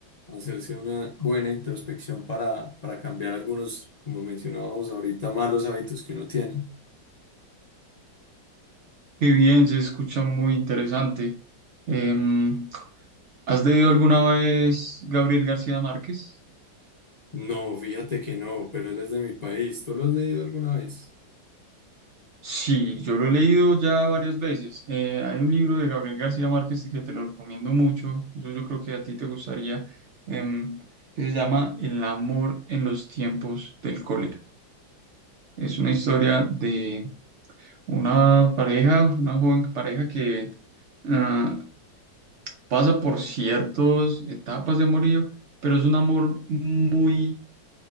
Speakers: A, on the left; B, on the right.
A: hacerse una buena introspección para, para cambiar algunos, como mencionábamos ahorita, malos hábitos que uno tiene.
B: Qué bien, se escucha muy interesante. Em, ¿has leído alguna vez Gabriel García Márquez?
A: No, fíjate que no, pero él es de mi país. ¿Tú lo has leído alguna vez?
B: Sí, yo lo he leído ya varias veces. Eh, hay un libro de Gabriel García Márquez que te lo recomiendo mucho, incluso yo creo que a ti te gustaría, em, que se llama El amor en los tiempos del cólera. Es una historia de una pareja, una joven pareja que ah, pasa por ciertas etapas de amorío, pero es un amor muy,